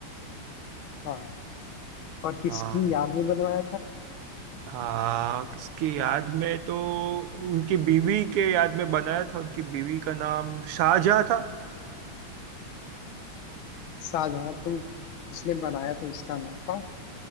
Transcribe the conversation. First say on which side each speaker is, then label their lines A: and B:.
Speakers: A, on the left; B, on the right.
A: हाँ और किसकी
B: हाँ
A: याद में बनवाया था
B: हाँ किसकी याद में तो उनकी बीवी के याद में बनाया था उनकी बीवी का नाम शाहजहा था
A: शाहजहां तो जिसने बनाया था उसका नाम था